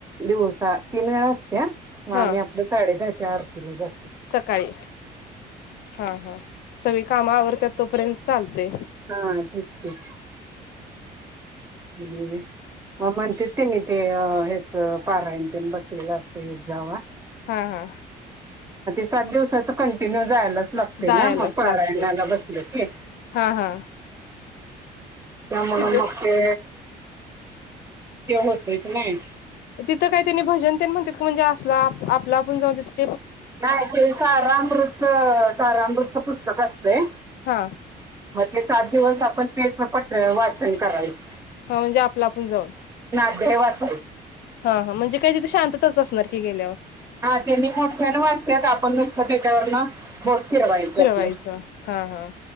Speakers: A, on the right; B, on the left.
A: दिवसा तीन वेळा असते ह मग,
B: हा
A: आम्ही आपल्या साडे दहाच्या आरतीला जातोय
B: सकाळी हा हा सगळी काम आवरतात तोपर्यंत--? चालते
A: हा तेच की- <unintelligible> मग म्हणते तनी ते हेच पारायणते बसलेलं असतं हे जाव
B: हा हा.
A: सात दिव कंटिन्यू जयलाच लागते
B: जायलाच
A: ना म पारायणला
B: लागते
A: बसलाकी.
B: हा हा
A: नम
B: तिथं
A: न मक ते ते होतच नाही.
B: तिथं काय त्यांनी भजन त्यांनी म्हणतात का म्हणजे असला आपला आपण जाऊन ति
A: नाही ते सारामकृतचं सारामृतचं पुस्तक अस तय
B: हा
A: ते सात दिवस आपण त्याच पट वाचन करायचं.
B: हा म्हणजे आपला आपण जाऊन.
A: देवास
B: हा हा म्हणजे काय तिथे शांतच असणार की गेल्यावर.
A: हा त्यांनी मोठ्यान वाचतात आपण नुसतं त्याच्यावरन बोट फिरवायचं
B: फिरवायचं
A: आपल.
B: हा हा